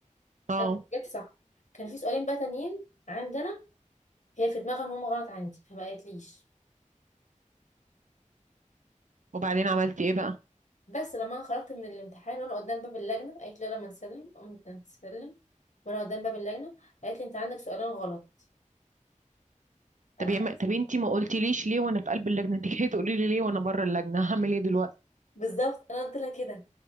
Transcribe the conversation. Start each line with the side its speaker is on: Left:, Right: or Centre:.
Right: اه
Left: انا اجابتي صح كان في سؤالين بقى تانيين عندنا هي في دماغها ان هم غلط عندي فما قالتليش
Right: وبعدين عملتي ايه بقى
Left: بس لما انا خرجت من الامتحان وانا قدام باب اللجنه قالت لي لما نسلم قمت نسلم وانا قدام باب اللجنه قالت لي انت عندك سؤالين غلط انا
Right: طب يا
Left: خدت
Right: م... طب انتي ما قلتيليش ليه وانا في قلب اللجنه <laughs> انت جايه تقولي لي ليه وانا بره اللجنه هعمل ايه دلوقتي
Left: بالظبط انا قلت لها كده